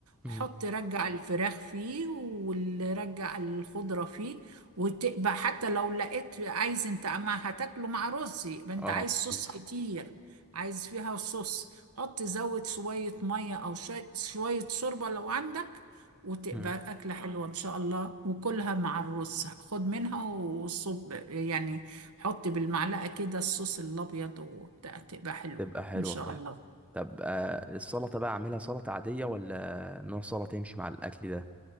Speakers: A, in the centre; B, on the right.
A: امم
B: حط رجع الفراخ فيه ورجع الخضرة فيه وتبقى حتى لو لقيت عايز انت ما هتاكله مع رز يبقى انت
A: اه
B: عايز
A: أكيد.
B: صوص كتير عايز فيها صوص حط زود شوية مية أو شوية شوية شوربة لو عندك وتبقى
A: مم.
B: أكلة حلوة إن شاء الله وكلها مع الرز خد منها وصب يعني حط بالمعلقة كده الصوص الأبيض وبتاع تبقى حلوة
A: تبقى حلوه
B: إن شاء
A: فعلا
B: الله
A: طب آه، السلطة بقى أعملها سلطة عادية ولا نوع سلطة يمشي مع الأكل ده